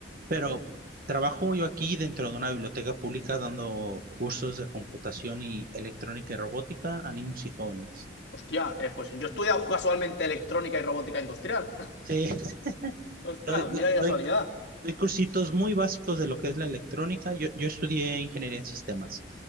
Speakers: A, on the right (about 50°); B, on the left (about 65°).
A: Pero trabajo yo aquí dentro de una biblioteca pública dando cursos de computación y electrónica y robótica a niños y jóvenes.
B: Hostia, eh, pues yo he estudiado casualmente electrónica y robótica industrial.
A: Sí, <laughs>
B: <laughs> Ostras,
A: doy, do-
B: mira qué casualidad.
A: doy- doy cursitos muy básicos de lo que es la electrónica. Yo, yo estudié ingeniería en sistemas